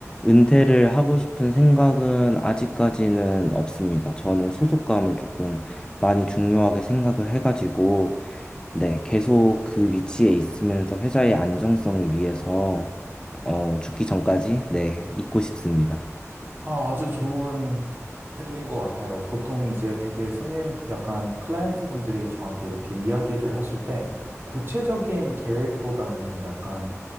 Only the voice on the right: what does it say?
아, 아주 좋은 태도인 것 같아요. 보통 이제 되게 손님, 약간 클라이언트 분들이 저한테 이렇게 이야기를 하실 때, 구체적인 계획보다는 약간